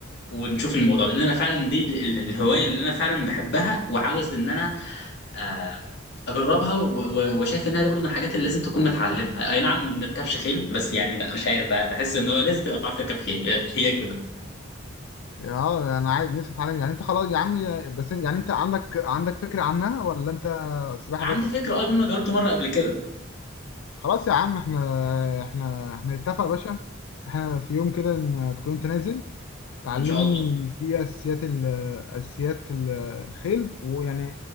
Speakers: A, on the left; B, on the left.
A: ونشوف الموضوع ده لان انا فعلا دي ال- ال- الهوايه اللي انا فعلا بحبها وعاوز ان انا آه، اجربها و- و- وشايف انها دي برضه من الحاجات اللي لازم تكون متعلمها اي نعم ما بنركبش خيل بس يعني لا مش عارف بقى بحس ان هو لازم تبقى بتعرف تركب خيل هي كده
B: اه انا عايز نفسي اتعلم يعني انت خلاص يا عم يا- بس إن- يعني انت عندك عندك فكرة عنها ولا انت سباحة
A: عندي
B: بس
A: فكره اه لان انا جربت مره قبل كده
B: خلاص يا عم احنا احنا احنا نتفق يا باشا احنا في يوم كده ان تكون انت نازل تعلمني
A: ان شاء الله
B: في اساسيات ال- اساسيات ال- الخيل ويعني